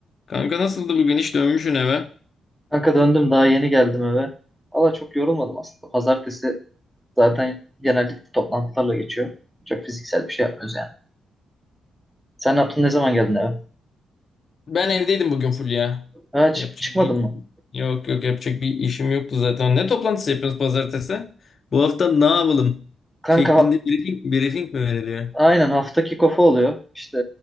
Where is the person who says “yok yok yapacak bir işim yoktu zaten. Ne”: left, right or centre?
Left